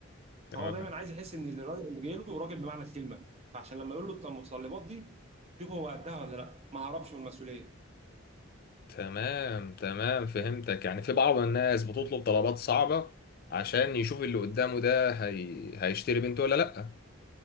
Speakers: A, on the left; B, on the right.
A: تمام
B: فهو دايما عايز يحس ان اللي راجل- اللي جاي له راجل بمعنى الكلمه فعشان لما يقول له التم- المتطلبات دي شوف هو قدها ولا لا ما هربش من المسؤوليه
A: تمام تمام فهمتك يعني في بعض الناس بتطلب طلبات صعبة عشان يشوف اللي قدامه ده هي... هيشتري بنته ولا لأ